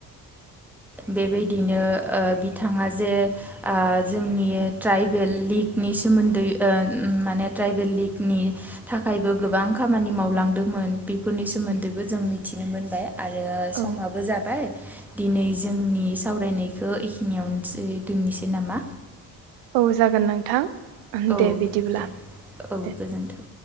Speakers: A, in the centre; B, on the right (about 60°).
A: बेबायदिनो ओ बिथाङा जे आ जोंनि ट्राइबेल लिगनि सोमोन्दै ओ उम माने ट्राइबेल लिगनि थाखायबो गोबां खामानि मावलांदोंमोन बेफोरनि सोमोन्दैबो जों मिथिनो मोनबाय। आरो समाबो
B: औ
A: जाबाय। दिनै जोंनि सावरायनायखौ इखिनियावनोसै दोननोसै नामा?
B: औ जागोन नोंथां।
A: औ
B: दे बिदिब्ला
A: दे औ
B: दे।
A: गोजोन्थों